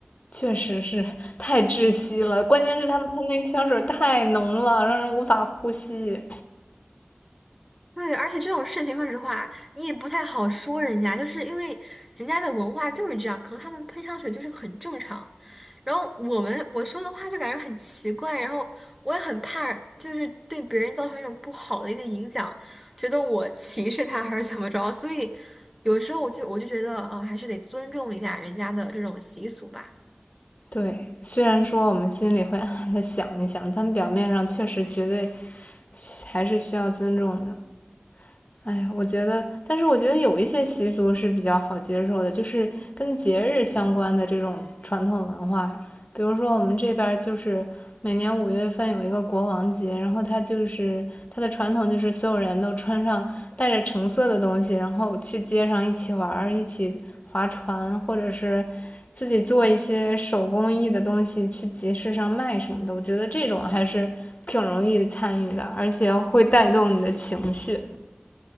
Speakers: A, on the left; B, in the centre.
A: 确实是太窒息了，关键是他们喷那个香水太浓了，让人无法呼吸。
B: 对，而且这种事情，说实话，你也不太好说人家，就是因为人家的文化就是这样，可能他们喷香水就是很正常。然后我们我说的话就感觉很奇怪，然后我也很怕，就是对别人造成一种不好的一些影响，觉得我歧视他还是怎么着，所以有时候我就我就觉得，呃，还是得尊重一下人家的这种习俗吧。
A: 对，虽然说我们心里会 <laughs> 暗暗的想一想，但表面上确实绝对还是需要尊重的。哎，我觉得，但是我觉得有一些习俗是比较好接受的，就是跟节日相关的这种传统文化。比如说，我们这边儿就是每年五月份有一个国王节，然后它就是它的传统就是所有人都穿上带着橙色的东西，然后去街上一起玩儿，一起划船，或者是自己做一些手工艺的东西去集市上卖什么的。我觉得这种还是挺容易参与的，而且会带动你的情绪。